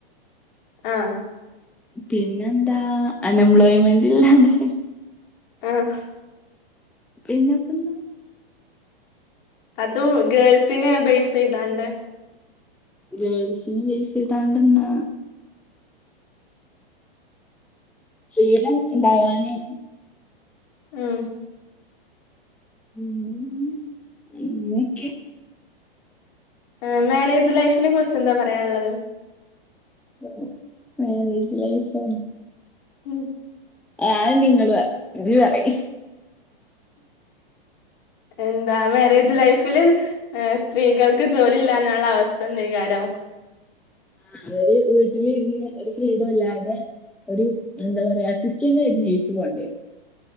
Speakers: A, on the left; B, in the centre.
A: ആഹ്.
B: പിന്നെന്താ അൺഎംപ്ലോയ്മെന്റ് ഇത്
A: ആഹ്.
B: പിന്നെപ്പന്താ?
A: അത്രൊള്ളു ഗേൾസിനെ ബേസെയ്താണ്ട്.
B: ഗേൾസിന് ബേസെയ്താണ്ടെന്താ? ഫ്രീഡം ഇണ്ടാകാന്.
A: ഉമ്
B: ഉം ഇങ്ങനൊക്കെ.
A: ആഹാ മാരേജ് ലൈഫിനെ കുറിച്ച് എന്താ പറയാനുള്ളത്?
B: ആഹ മാരേജ് ലൈഫോ?
A: ഉം
B: ആഹ നിങ്ങള് പറ ഇജ് പറയ്
A: എന്താ മാരേജ് ലൈഫില്. ഏ സ്ത്രീകൾക്ക് ജോലി ഇല്ലഞാലുള്ള അവസ്ഥ എന്തക്കാരം.
B: ആഹ അവര് വീട്ടിലിരുന്ന് ഒരു ഫ്രീഡം ഇല്ലാതെ. ഒരു എന്താ പറയാ അസിസ്റ്റന്റ് ആയിട്ട് ജീവിച്ച് പോണ്ടി വരും.